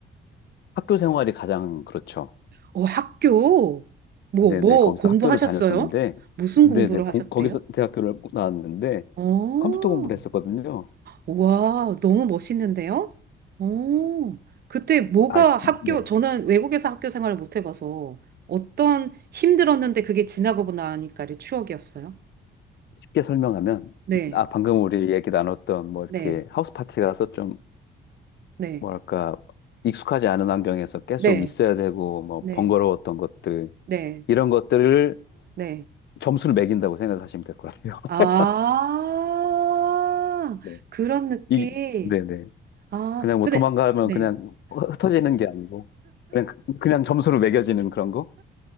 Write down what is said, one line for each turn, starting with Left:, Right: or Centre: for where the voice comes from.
Left: 학교 생활이 가장 그렇죠.
Right: 어, 학교 뭐,
Left: 네네.
Right: 뭐
Left: 거기서
Right: 공부하셨어요?
Left: 학교를 다녔었는데
Right: 무슨
Left: 네네.
Right: 공부를
Left: 고-
Right: 하셨대요?
Left: 거기서 대학교를 나왔는데
Right: 오,
Left: 컴퓨터 공부를 했었거든요.
Right: 와, 너무 멋있는데요? 오, 그때 뭐가
Left: 아이고,
Right: 학교,
Left: 네.
Right: 저는 외국에서 학교 생활을 못 해봐서 어떤 힘들었는데 그게 지나고 나니까의 추억이었어요.
Left: 쉽게 설명하면,
Right: 네,
Left: 아, 방금 우리 얘기 나눴던, 뭐, 이렇게
Right: 네,
Left: 하우스 파티 가서 좀
Right: 네,
Left: 뭐랄까, 익숙하지 않은 환경에서 계속
Right: 네,
Left: 있어야 되고, 뭐,
Right: 네,
Left: 번거로웠던 것들,
Right: 네,
Left: 이런 것들을
Right: 네.
Left: 점수를 매긴다고 생각하시면 될 것 같아요. <laughs>
Right: 아,
Left: 네.
Right: 그런 느낌.
Left: 이, 네네.
Right: 아,
Left: 그냥 뭐
Right: 근데,
Left: 도망가면
Right: 네.
Left: 그냥 흩어지는 게 아니고, 그냥, 그냥 점수로 매겨지는 그런 거?